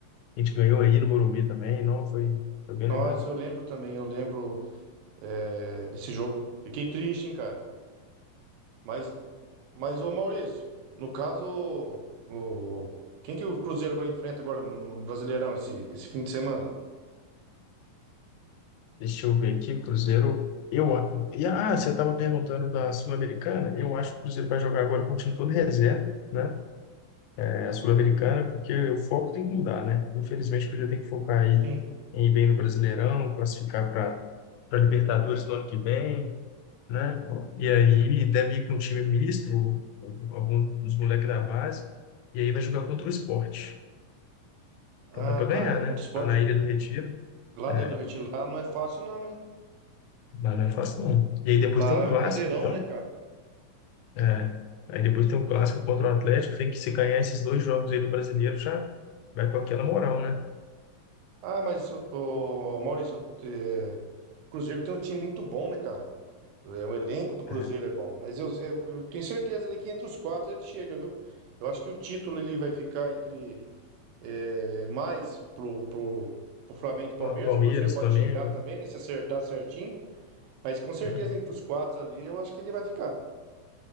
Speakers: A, on the left; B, on the right.
A: A gente ganhou aí no Morumbi também, não, foi, foi bem
B: Nós,
A: legal.
B: eu lembro também, eu lembro é, desse jogo. Fiquei triste, hein, cara. Mas, mas, ô Maurício, no caso, o... quem que o Cruzeiro agora enfrenta agora no, no Brasileirão esse, esse fim de semana?
A: Deixa eu ver aqui, o Cruzeiro, eu, a- e, ah, você estava perguntando da Sul-Americana, eu acho que o Cruzeiro vai jogar agora com o time todo reserva, né? É, a Sul-Americana, porque o foco tem que mudar, né? Infelizmente, o Cruzeiro tem que focar aí
B: Sim.
A: em ir bem no Brasileirão, classificar para para Libertadores no ano que vem, né? E aí deve ir com um time misto, alguns dos moleques da base, e aí vai jogar contra o Sport.
B: Ah,
A: Então dá para
B: tá.
A: ganhar,
B: É contra
A: né?
B: o Sport.
A: Lá na Ilha do Retiro.
B: Lá
A: é.
B: na Ilha do Retiro, lá não é fácil, não, hein?
A: Não, não é fácil, não. E aí depois
B: Lá
A: tem o
B: é
A: clássico,
B: um caldeirão,
A: então.
B: né, cara?
A: É, aí depois tem o clássico contra o Atlético. Tem que se ganhar esses dois jogos aí do brasileiro, já vai com aquela moral, né?
B: Ah, mas o, o Maurício, eu- é, o Cruzeiro tem um time muito bom, né, cara? É, o elenco do Cruzeiro
A: É,
B: é bom. Mas eu, eu, eu tenho certeza ali que entre os quatro ele chega, viu? Eu acho que o título ele vai ficar entre é, mais pro, pro, pro Flamengo e Palmeiras.
A: Pa- Palmeiras,
B: O Cruzeiro pode
A: Flamengo.
B: chegar também, né, se acertar certinho. Mas com certeza
A: Uhum.
B: entre os quatro ali eu acho que ele vai ficar.